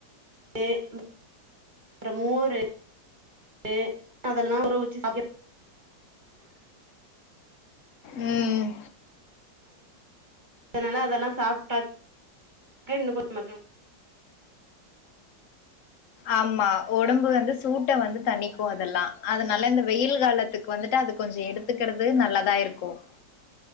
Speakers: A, on the right; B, on the left.
A: கு அப்பறம் மோரு ரு அதெல்லா உற வச்சு சாப் எப் அம்மா
B: உம் ம்
A: அதனால அதெல்லா சாப்பிட்டாக் கு இன்னு கொஞ்சோ மக்க
B: ஆம்மா ஒடம்பு வந்து சூட்ட வந்து தனிக்கு அதெல்லா அதனால இந்த வெயில் காலத்துக்கு வந்துட்டு அது கொஞ்சோ எடுத்துக்குறது நல்லதா இருக்கும்